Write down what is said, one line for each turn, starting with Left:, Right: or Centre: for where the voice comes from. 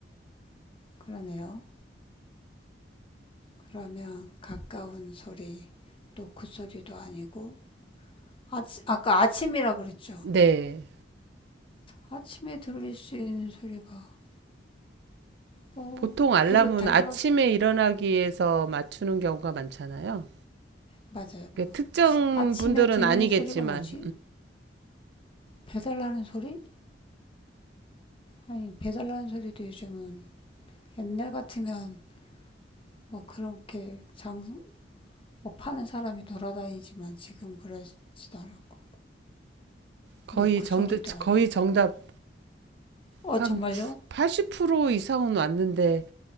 Left: 그러네요. 그러면 가까운 소리, 노크 소리도 아니고 아치, 아까 아침이라 그랬죠.
Right: 네.
Left: 아침에 들릴 수 있는 소리가 뭐
Right: 보통 알람은
Left: 그릇 달그락
Right: 아침에 일어나기 위해서 맞추는 경우가 많잖아요.
Left: 맞아요.
Right: 그러니까 특정
Left: 아침에
Right: 분들은
Left: 들리는
Right: 아니겠지만
Left: 소리가 뭐지? 배달하는 소리? 아니 배달하는 소리도 요즘은 옛날 같으면 뭐 그렇게 장, 뭐 파는 사람이 돌아다니지만 지금 그러지도 않았고,
Right: 거의
Left: 노크
Right: 정답,
Left: 소리도 아니고.
Right: 거의 정답
Left: 어,
Right: 한
Left: 정말요?
Right: 80% 이상은 왔는데